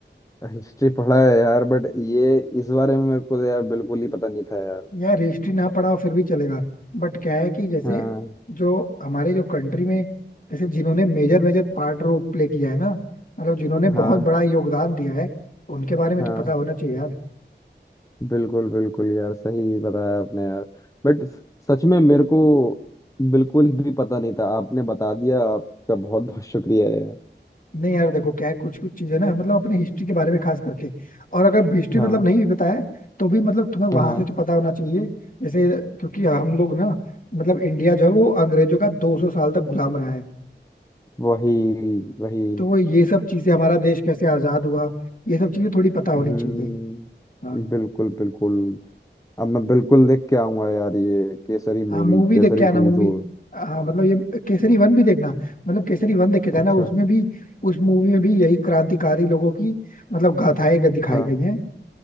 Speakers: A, on the left; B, on the left.
A: हिस्ट्री पढ़ा है यार बट ये इस बारे में मेरे को तो यार बिल्कुल ही पता नहीं था यार
B: यार हिस्ट्री ना पढ़ा हो फिर भी चलेगा बट क्या है कि जैसे
A: हाँ
B: जो हमारे जो कंट्री में जैसे जिन्होंने major major part role play किया है ना मतलब जिन्होंने
A: हाँ
B: बहुत बड़ा योगदान दिया है उनके बारे में
A: हाँ
B: तो पता होना चाहिए यार
A: बिल्कुल बिल्कुल यार सही बताया आपने यार बट सच में मेरे को बिल्कुल भी पता नहीं था आपने बता दिया आपका बहुत बहुत शुक्रिया यार
B: नहीं यार देखो क्या है कुछ कुछ चीजें ना मतलब अपने हिस्ट्री के बारे में खास करके और अगर हिस्ट्री
A: हाँ
B: मतलब नहीं भी बताया तो भी मतलब तुम्हें वहां
A: हाँ हाँ।
B: से तो पता होना चाहिए जैसे क्योंकि हम लोग ना मतलब इंडिया जो है वो अंग्रेजों का 200 साल तक गुलाम रहा है
A: वही वही
B: तो वो ये सब चीजें हमारा देश कैसे आजाद हुआ ये सब चीजें थोड़ी पता होनी
A: हम्म
B: चाहिए हाँ
A: बिल्कुल बिल्कुल अब मैं बिल्कुल देख के आऊंगा यार ये केसरी
B: हाँ
A: मूवी
B: मूवी
A: केसरी
B: देख के आना
A: टू
B: मूवी
A: जो
B: हाँ मतलब ये केसरी वन भी देखना मतलब केसरी वन देख के जाना
A: अच्छा
B: उसमें भी उस मूवी में भी यही क्रांतिकारी लोगों की मतलब गाथाएं ग- दिखाई
A: हाँ
B: गई हैं